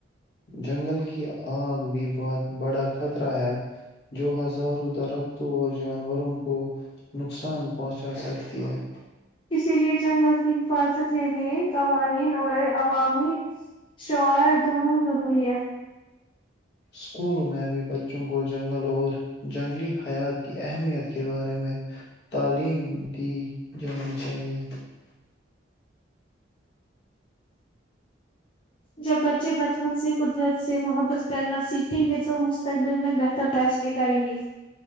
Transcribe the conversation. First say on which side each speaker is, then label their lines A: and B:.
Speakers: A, on the left; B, on the left.
A: جنگل کی آگ بھی بہت بڑا خطرہ ہے جو ہزاروں درختوں اور جانوروں کو نقصان پہنچا سکتی ہے
B: اسی لئے جنگل کی حفاظت کے لیئے قوانین اور عوامی شعار دونوں ضروری ہے
A: سکولوں میں بھی بچوں کو جنگل اور جنگلی حیات کی اہمیت کے بارے میں تعلیم دی جانی چاہیئے
B: جب بچے بچپن سے قدرت سے محبت کرنا سیکھیں گے تو مستقبل میں بہتر فیسلے کریں گے